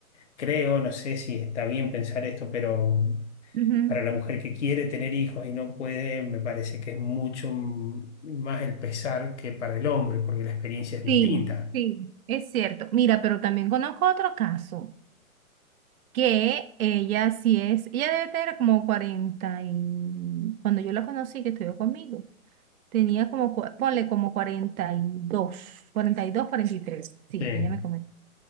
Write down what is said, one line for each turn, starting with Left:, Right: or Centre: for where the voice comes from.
Left: creo, no sé si está bien pensar esto, pero
Right: Ujú.
Left: para la mujer que quiere tener hijos y no puede, me parece que es mucho m- más el pesar que para el hombre, porque la experiencia es
Right: Sí,
Left: distinta.
Right: sí, es cierto. Mira, pero también conozco otro caso. que ella sí es, ella debe tener como 40 y cuando yo la conocí que estudió conmigo, tenía como, cua- ponle como cuarenta cuarenta y y dos cuarenta y dos cuarenta y tres sí,
Left: Sí,
Right: ella me comentó.